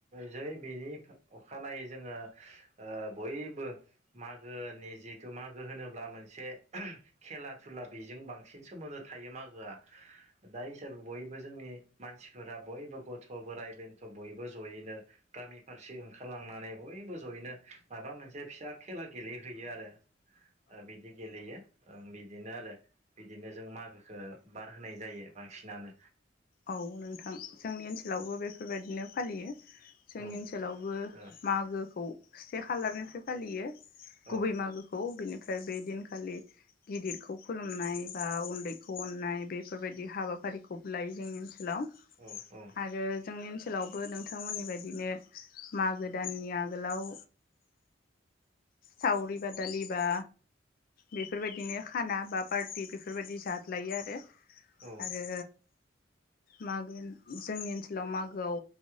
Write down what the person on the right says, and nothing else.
जै बेनि अखानायै जोङो बयबो मागोनि जिथु मागो होनोब्ला मोनसे खेला धुला बेजों बांसिन सोमोन्दो थायो मागोआ। दायो हिसाबै बयबो जोंनि मानसिफोरा बयबो गथ' बोराइ बेन्थ' बयबो जयैनो गामि फारसे ओंखारलांनानै बयबो जयैनो माबा मोनसे फिसा खेला गेलेहैयो आरो। बिदि गेलयो। ओ बिदिनो आरो बिदिनो जों मागोखौ बारहोनाय जायो। बांसिनानो।
ओं
औ
औ
औ औ
औ